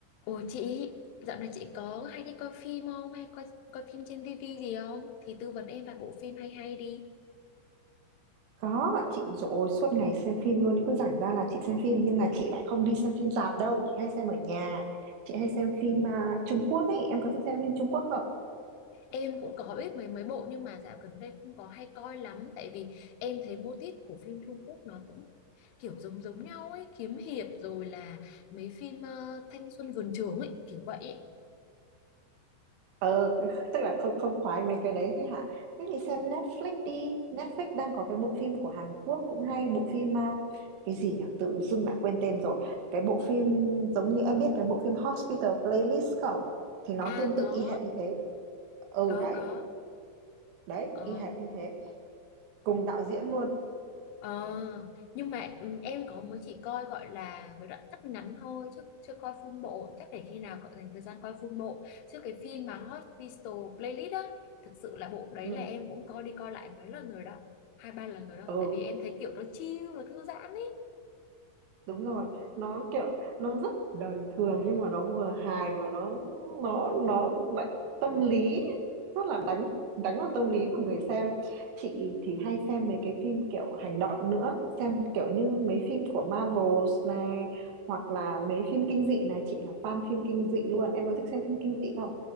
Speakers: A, on the left; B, on the right.
A: ủa chị, dạo này chị có hay đi coi phim không? Hay coi coi phim trên tivi gì không? Thì tư vấn em vài bộ phim hay hay đi.
B: Có, chị rồi suốt ngày xem phim luôn, cứ rảnh ra là chị xem phim nhưng mà chị lại không đi xem phim rạp đâu, chị hay xem ở nhà. Chị hay xem phim à, Trung Quốc ấy, em có thích xem phim Trung Quốc không?
A: Em cũng có biết mấy mấy bộ nhưng mà dạo gần đây không có hay coi lắm tại vì em thấy mô típ của phim Trung Quốc nó cũng kiểu giống giống nhau ấy, kiếm hiệp rồi là mấy phim ờ, thanh xuân vườn trường ấy, kiểu vậy ấy.
B: Ờ, <laughs> tức là không không khoái mấy cái đấy thì hả? Thế thì xem Netflix đi, Netflix đang có cái bộ phim của Hàn Quốc cũng hay, bộ phim à, cái gì nhỉ? Tự dưng lại quên tên rồi. Cái bộ phim giống như em biết cái bộ phim Hospital Playlist không? Thì nó
A: À
B: tương tự
A: có,
B: y hệt như thế. Ừ
A: có
B: đấy,
A: có.
B: đấy,
A: Ờ
B: y hệt như thế, cùng đạo diễn luôn.
A: Ờ, nhưng mà ừ, em có mới chỉ coi gọi là với đoạn cắt ngắn thôi chứ chưa coi full bộ chắc để khi nào cậu dành thời gian coi full bộ chứ cái phim mà Hospital Playlist á thực sự là bộ đấy
B: Ừ.
A: là em cũng coi đi coi lại mấy lần rồi đó hai ba lần rồi đó
B: ừ ừ.
A: tại vì em thấy kiểu nó chill nó thư giãn ấy
B: đúng rồi nó kiểu nó rất đời thường nhưng mà nó vừa hài và nó nó nó lại tâm lý rất là đánh đánh vào tâm lý của người xem chị thì hay xem mấy cái phim kiểu hành động nữa xem kiểu như mấy phim của Marvels này hoặc là mấy phim kinh dị này chị là fan phim kinh dị luôn em có thích xem phim kinh dị không